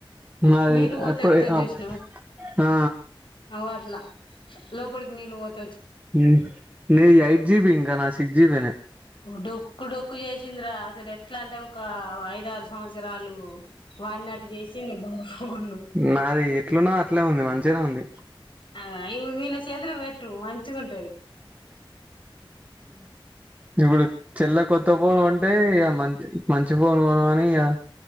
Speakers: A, on the right (about 15°); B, on the left (about 65°).
A: నాది
B: నీళ్ళ పోతే
A: ఎప్పుడు
B: వత్తది
A: ఆ
B: చూసినావ
A: ఆ
B: ఓ అట్లా లోపలికి నీళ్లు పోతయి
A: ఉ నీది ఎయిట్ జిబి ఇంకా నాది సిక్స్ జిబినే
B: డొక్కు డొక్కు చేసిందిరా అసలు ఎట్లా అంటే ఒక ఐదారు సంవత్సరాలు వాడినట్టు చేసింది ఫోను
A: నాది ఎట్లునో అట్లే ఉంది మంచిగనే ఉంది.
B: ఆ ఇప్పుడు వీళ్ళ చేతిలో పెట్టు మంచిగుంటాది.
A: ఇప్పుడు చెల్లె కొత్త ఫోన్ కొంటే ఇక మంచి మంచి ఫోన్ కొనమని ఇక